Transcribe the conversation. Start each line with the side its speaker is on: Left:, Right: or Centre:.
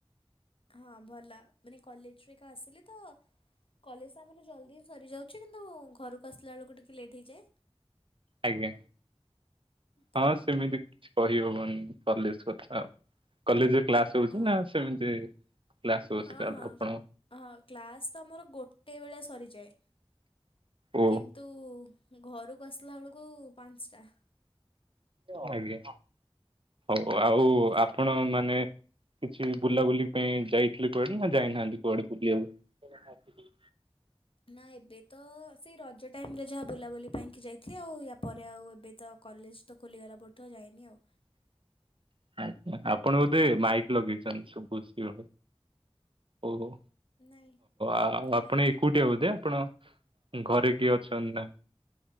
Left: ହଁ ଭଲ ମାନେ କଲେଜରେ ଏବେ ଆସିଲ ତ କଲେଜ ଜଲଦି ସରିଯାଉ କିନ୍ତୁ ଘରକୁ ଆସିଲା ବେଳକୁ ଟିକେ ଲେଟ୍ ହେଇଯାଏ
Right: ଆଜ୍ଞା,
Left: ତ
Right: ହଁ ସେମିତି କିଛି କରିହବନି କଲେଜ କଥା ଆଉ, କଲେଜ ରେ କ୍ଲାସ ହଉଛି
Left: ହଁ
Right: ନା ସେମିତି କ୍ଲାସ ହଉଛି
Left: ହଁ
Right: ତାହେଲେ
Left: ହଁ,
Right: ଆପଣ
Left: ହଁ କ୍ଲାସ୍ ତ ଆମର ଗୋଟେ ବେଳେ ସରିଯାଏ
Right: ଓ
Left: କିନ୍ତୁ, ଘରକୁ ଆସିଲା ବେଳକୁ ପାଞ୍ଚଟା
Right: ଆଜ୍ଞା, ହଉ ଆଉ
Left: ଏମିତି
Right: ଆପଣ ମାନେ କିଛି ବୁଲାବୁଲି ପାଇଁ ଯାଇଥିଲେ କୁଆଡେ, ନା ଯାଇନାହାନ୍ତି କୁଆଡେ ବୁଲିବାକୁ <inaudible>
Left: ନା ଏବେ ତ, ସେଇ ରଜ ଟାଇମ ରେ ଯାହା ବୁଲାବୁଲି ପାଇଁକି ଯାଇଥିଲି ଆଉ ୟା ପରେ ଆଉ ଏବେ ତ କଲେଜ ତ ଖୋଲିଗଲା ପରଠୁ ଯାଏନି ଆଉ
Right: <inaudible> ଆଛା, ଆପଣ ବୋଧେ ମାଇକ୍ ଲଗେଇଛନ୍ତି, ଓହ ଓହ,
Left: ନାଇଁ
Right: ଆଆଆପଣ
Left: ମାନେ ମାଇ
Right: ଏକୁଟିଆ ବୋଧେ ଆପଣ ଘରେ କିଏ ଅଛନ୍ତି ନା